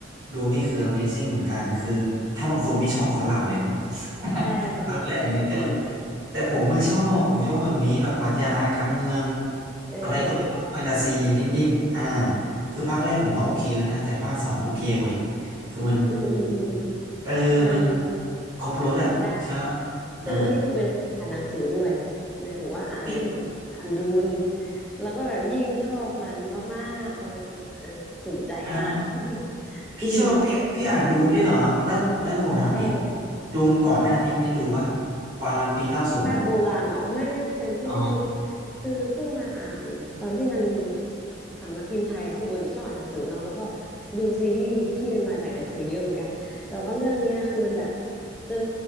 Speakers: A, on the right; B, in the centre.
A: ดูนนี่คือ Amazing เหมือนกันคือถ้าบางคนไม่ชอบเขาหลับเลยนะ
B: ใช่เขาหลับเลยจริง
A: <laughs> นักแรงนี่เออ แต่ผมไม่ชอบ ผมชอบแบบนี้แบบปรัชญาการเมือง
B: เออเออ
A: อะไรก็ไม่รู้แฟนตาซีนิดๆอ่าคือภาคแรกผมว่าโอเคแล้วนะแต่ภาคสองโอเคกว่าอีก คือมัน
B: อืมอืมอืมอืม
A: เออมัน
B: มัน
A: ครบรสอะใช่ไหม
B: ได้
A: อ่า
B: คือนี่คือเป็นคนอ่านหนังสือด้วยหมายถึงว่าอ่าน
A: พี่
B: อ่านดูนแล้วก็แบบยิ่งชอบมันมากๆพอไปดูหนังเออถูกใจมาก
A: อ่าอ่า
B: <laughs>
A: พี่ชอบพี่พี่อ่านดูนด้วยเหรอ
B: อืม
A: แล้วนั้นผมถามงี้
B: ใช่
A: ดูนก่อนหน้าเนี้ยได้ดูปะประมาณปีเก้าศูนย์นะ
B: ภาคโบราณเนาะไม่ไม่ไม่เคยไม่ได้ดู
A: อ๋อ
B: คือเพิ่งมาอ่านตอนที่มันมีสำนักพิมพ์ไทยอ่ะคือปกติชอบอ่านหนังสือเนาะแล้วก็ดูซีรีส์ที่มันมาจากหนังสือเยอะเหมือนกันแต่ว่าเรื่องเนี้ยคือมันแบบเจอ